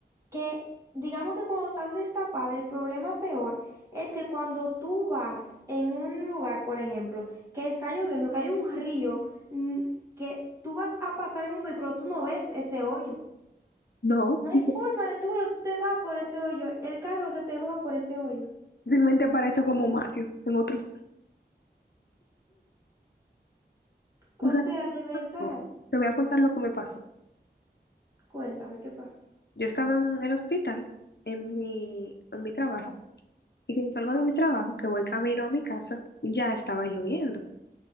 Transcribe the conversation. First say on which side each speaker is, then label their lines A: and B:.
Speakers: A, on the right; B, on the left.
A: que digamos que cuando están destapadas, el problema peor es que cuando tú vas en un lugar, por ejemplo, que está lloviendo, que hay un río, mm, que tú vas a pasar en un vehículo, tú no ves ese hoyo.
B: No.
A: No hay
B: y
A: forma de tú, pero tú te vas por ese hoyo, el carro se te va por ese hoyo.
B: Fácilmente aparece como Mario en otros.
A: O
B: o sea,
A: sea, de verdad,
B: no. Te voy a contar lo que me pasó.
A: cuéntame qué pasó.
B: Yo estaba en el hospital, en mi, en mi trabajo. Y que salgo de mi trabajo, que voy camino a mi casa, ya estaba lloviendo.